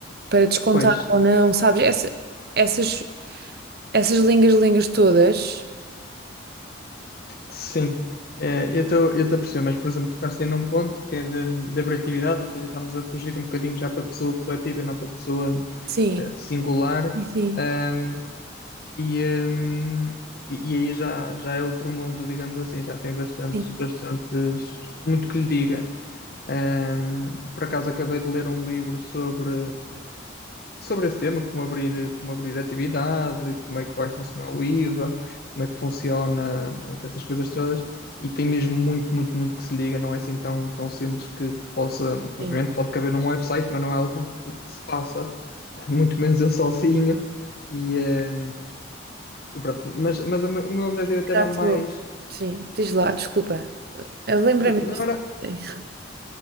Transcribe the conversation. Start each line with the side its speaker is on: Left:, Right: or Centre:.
Right: para descontar
Left: pois.
Right: ou não, sabes? Essa- essas, essas lingas lingas todas.
Left: Sim, Eh, eu estou eu estou a perceber, mas por exemplo, tocaste aí num ponto que é de- da abratividade, ou seja, estamos a fugir um bocadinho já para a pessoa coletiva e não para a pessoa
Right: Sim,
Left: eh, singular,
Right: sim,
Left: Ahm, e, ahm, e, e aí já, já é outro mundo, digamos assim, já tem bastantes,
Right: sim,
Left: bastantes, muito que lhe diga. Ahm, por acaso acabei de ler um livro sobre, sobre esse tema, como abrir, como abrir atividade, como é que vai funcionar o IVA, como é que funciona, portanto, essas coisas todas. E tem mesmo muito, muito, muito que se liga, não é assim tão, tão simples que, que possa. Obviamente
Right: sim.
Left: pode caber um website, mas não é algo que, que se faça, <laughs> muito menos eu sozinho. E, eh, e pronto, mas, mas o meu o meu objetivo
Right: Exato.
Left: até era mais.
Right: Sim, diz lá, desculpa. Eu lembrei-me
Left: n- Não
Right: disto.
Left: era
Right: Sim,